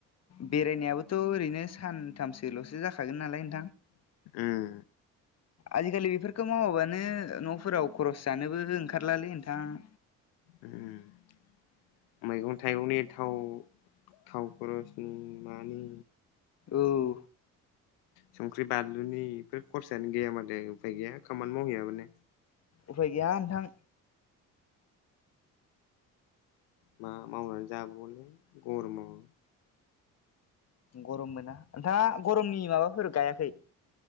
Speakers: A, on the left; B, on the left.
A: बेरायना याबोथ' ओरैनो सानथामसोल'सो जाखागोन नालाय होनदों
B: ओङ।
A: आजि-खालि बेफोरखौ मावाबानो, न'फोराव खरस जानोबो ओंखार लालै नोंथांङ।
B: उ <inaudible> मैगं-थाइगंनि थाव, थाव खरसनि मानि
A: औव।
B: संख्रि-बानलुनि बेफोर खरसायानो गैया माथो। उफाय गैया खामानि मावहैयाबानो।
A: उफाय गैया नोंथां।
B: मा मावनानै जाबावलै? गरमाव।
A: गरम मोना। नोंथांङा गरमनि माबाफोर गायाखै?